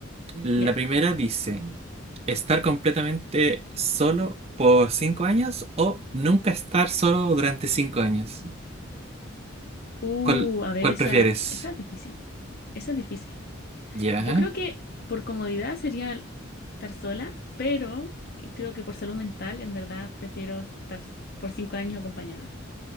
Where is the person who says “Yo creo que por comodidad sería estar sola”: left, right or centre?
Left